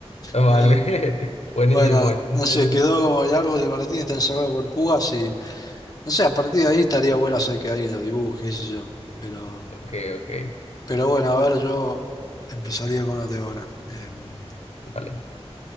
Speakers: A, on the left; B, on the left.
A: ah, Vale,
B: No,
A: <laughs> buenísimo,
B: Bueno,
A: entonces,
B: no sé, quedó como el árbol de Martín está encerrado por púas y no sé, a partir de ahí estaría bueno hacer que alguien lo dibuje, qué sé yo. Pero,
A: ok, ok,
B: pero bueno, a ver, yo empezaría con la de ahora. Em,
A: vale.